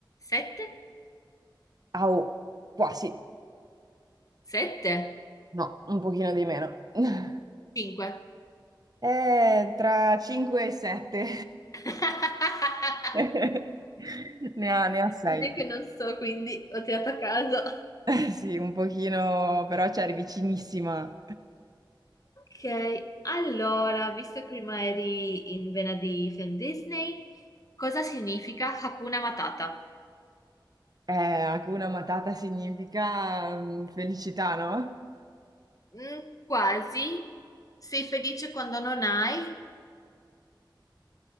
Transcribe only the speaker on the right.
Au, quasi.
No, un pochino di meno. <laughs>
Eh, tra 5 e 7.
<laughs> Ne ha, ne ha 6.
<laughs> Sì, un pochino, però c'eri vicinissima.
Eh, Hakuna Matata significa mm, felicità, no?